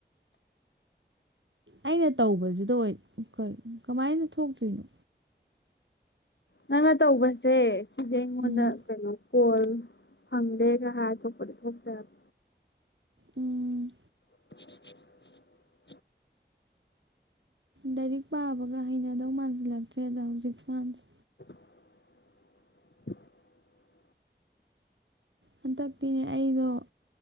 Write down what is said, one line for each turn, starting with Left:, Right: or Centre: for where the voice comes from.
Right: ꯑꯩꯅ ꯇꯧꯕꯁꯤꯗ ꯑꯣꯏꯣꯏ ꯀꯃꯥꯏꯅ ꯊꯣꯛꯇ꯭ꯔꯤꯅꯣ
Left: ꯅꯪꯅ ꯇꯧꯕꯁꯦ ꯁꯤꯗ ꯌꯦꯉꯣꯟꯅ
Right: ꯎꯝ
Left: ꯀꯩꯅꯣ ꯀꯣꯜ ꯐꯪꯗꯦꯒ ꯍꯥꯏꯔ ꯊꯣꯛꯄꯗꯤ ꯊꯣꯛꯇꯕ
Right: ꯎꯝ
Left: <unintelligible>
Right: ꯂꯥꯏꯔꯤꯛ ꯄꯥꯕꯒ ꯍꯩꯅꯗꯧ ꯃꯥꯟꯁꯤꯜꯂꯛꯇ꯭ꯔꯦꯗ ꯍꯧꯖꯤꯛ ꯐꯥꯟꯁꯦ
Left: <unintelligible>
Right: ꯍꯟꯗꯛꯇꯤꯅꯦ ꯑꯩꯗꯣ